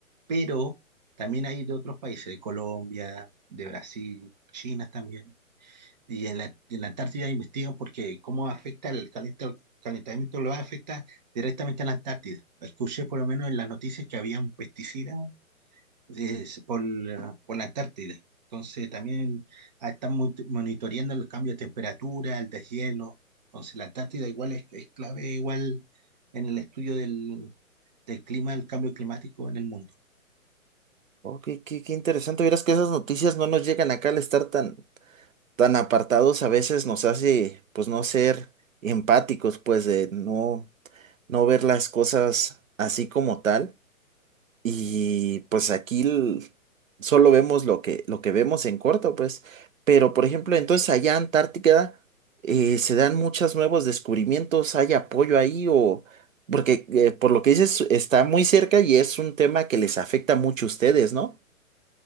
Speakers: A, on the right; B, on the right.
A: pero también hay de otros países, de Colombia, de Brasil, China también. Y en la, en la Antártida investigan porque cómo afecta el calenta- calentamiento global, afecta directamente a la Antártida. Escuché por lo menos en las noticias que habían pesticidas eh, por, la- por la Antártida. Entonces también ah, están mon- monitoreando el cambio de temperatura, el deshielo. Entonces la Antártida igual es, es clave igual en el estudio del, del clima, el cambio climático en el mundo.
B: Oh, qué, qué- qué interesante, verás que esas noticias no nos llegan acá al estar tan, tan apartados, a veces nos hace, pues, no ser empáticos, pues, de no, no ver las cosas así como tal. Y pues aquí l- solo vemos lo que, lo que vemos en corto, pues. Pero, por ejemplo, entonces allá en Antártica eh, se dan muchos nuevos descubrimientos, hay apoyo ahí o... Porque eh, por lo que dices, está muy cerca y es un tema que les afecta mucho a ustedes, ¿no?